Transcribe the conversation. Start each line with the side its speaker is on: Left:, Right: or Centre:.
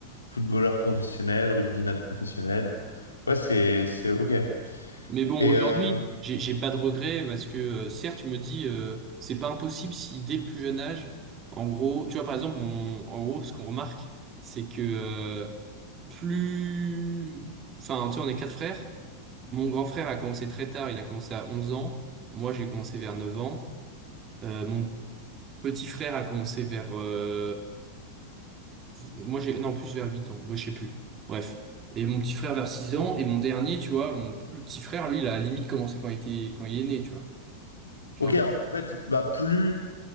Left: footballeurs professionnels, rugbyman professionnels. Ouais, c'est, c'est OK.
Right: Mais bon,
Left: Et
Right: Ouais. aujourd'hui,
Left: euh,
Right: j'ai j'ai pas de regrets parce que euh, certes, je me dis, euh, c'est pas impossible si dès le plus jeune âge, en gros, tu vois, par exemple, mon, en gros, ce qu'on remarque, c'est que euh, plus. Enfin, tu vois, on est quatre frères. Mon grand frère a commencé très tard, il a commencé à 11 ans. Moi, j'ai commencé vers 9 ans. Euh, mon petit frère a commencé vers euh, Moi, j'ai, non, en plus vers 8 ans, moi, je sais plus. Bref. Et mon petit frère vers 6 ans, et mon dernier, tu vois, mon plus petit frère, lui, il a limite commencé quand il était, quand il est né, tu vois. Genre,
Left: OK, en fait, bah, plus...